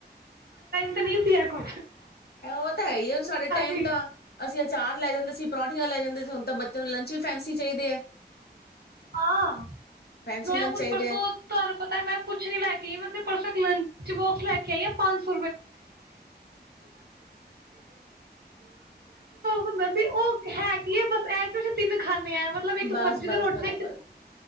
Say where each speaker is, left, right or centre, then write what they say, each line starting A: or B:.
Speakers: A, on the right; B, on the left.
A: ਨ ਸੀ ਆ ਕੁ
B: ਉਹ ਤਾਂ ਹੈ ਹੀ ਆੁਣ ਸਾਡੇ ਟਾਈਮ
A: ਕੇ
B: ਤਾਂ ਅਸੀਂ ਅਚਾਰ ਲੈ ਜਾਂਦੇ ਸੀ ਪ੍ਰੌਂਠੀਆਂ ਲੈ ਜਾਂਦੇ ਸੀੁਣ ਤਾਂ ਤੈਨੂੰ ਲੰਚ ਵੀ ਫੈਸੀ ਚਾਹੀਦੇ ਹੈ
A: ਹਾਂ
B: ਫੈਂਸੀ
A: ਮੈਂ
B: ਲੰਚ
A: ਹੁਣ
B: ਚਾਹੀਦੇ
A: ਪਰਸੋਂ
B: ਹੈ
A: ਤੁਹਾਨੂੰ ਪਤਾ ਮੈਂ ਕੁਛ ਨੀ ਲੈ ਕੇ ਵੈਸੇ ਪਰਸ ਲਣ ਲੈ ਕੇ ਆਈਏ ਪੰਜ <inaudible> ਹੁੰਦਾ ਸੀ ਉਹ ਹੈ ਕੀ ਹੈ ਬਸ ਐ ਕਿ ਅਸੀਂ ਤਿੰਨ ਖਾਂ ਆ ਮਤਲਬ ਇੱਕ
B: ਬਸ
A: ਸਬਜ਼ੀ ਦੀ
B: ਬਸ
A: ਰੋਟੀ ਦੇ
B: ਬਸ